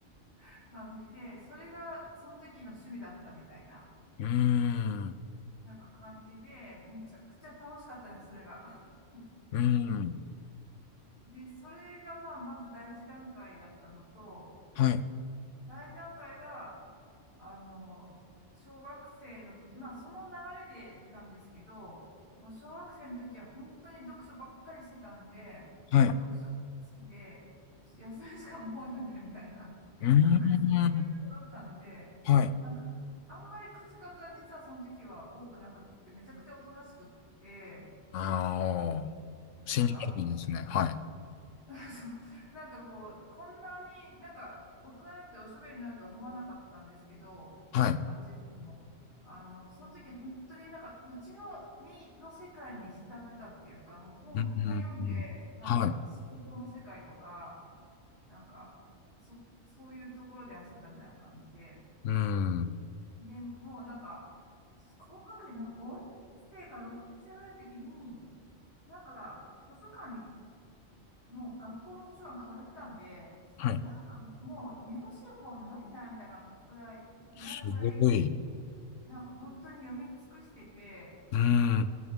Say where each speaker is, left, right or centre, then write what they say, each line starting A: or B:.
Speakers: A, on the left (about 40°); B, on the left (about 80°).
A: <laughs> 感じで、それがその時の趣味だったみたいな、
B: うーん、
A: なんか感じで、めちゃくちゃ楽しかったね、それが。<laughs>
B: うーん、
A: で、それがまあ、まず第一段階だったのと、
B: はい、
A: 第二段階が、あの、小学生の時、まあその流れでなんですけど、もう小学生の時は本当に読書ばっかりしてたんで、なんか読書好きで、
B: はい。う
A: 休み時間も本読んでるみたいな、<laughs>
B: ーん、
A: なんかそういう子だったんで、
B: はい。
A: なんかあんまり口数は実はその時は多くなくって、めちゃくちゃおとなしくって、
B: ああ、信じられないですね。
A: なんか
B: はい。
A: <laughs> そうなんかこう、こんなになんか大人になっておしゃべりになるとは思わなかったんですけど、
B: はい。
A: あの自分も。あの、その時本当になんかうちの、に、の世界に浸ってたっていうか、もう本いっぱい読んで、
B: うん、うん、
A: なんか想像の世界とか、
B: はい。
A: なんか、そ、そういうところで遊んだみたいな感じで、
B: うん。
A: ね、もうなんか、高学年、なんか5年生か6年生ぐらいの時に、なんか図書館にもう学校の図書館かぶったんで、
B: はい。
A: なんかもうめぼしい本ないな、みたいなぐらい、
B: すごい。
A: なるぐらい、なんか本当に読み尽くしてて、
B: うん。
A: なんか